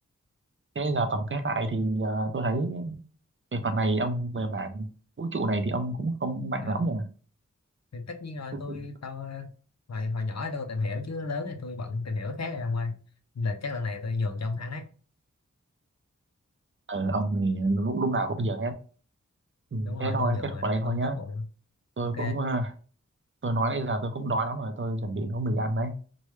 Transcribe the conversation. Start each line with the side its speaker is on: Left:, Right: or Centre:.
Right: Thế giờ tổng kết lại thì ờ, tôi thấy về phần này ông về mảng vũ trụ này thì ông cũng không mạnh
Left: à,
Right: lắm nhỉ.
Left: thì tất nhiên rồi
Right: <laughs>
Left: tôi tôi hồi hồi nhỏ tôi còn tìm hiểu chứ lớn thì tôi bận tìm hiểu cái khác rồi ông ơi là chắc lần này tôi nhường cho ông thắng ấy
Right: Ờ, ông thì lúc, lúc nào cũng giờ hết. Ừ,
Left: đúng rồi
Right: thế thôi,
Left: tôi nhượng
Right: kết
Left: mà
Right: thúc ở đây
Left: tôi
Right: thôi nhá.
Left: tốt bụng
Right: Tôi
Left: ok
Right: cũng ờ, tôi nói bây giờ tôi cũng đói lắm rồi, tôi chuẩn bị nấu mì ăn đấy.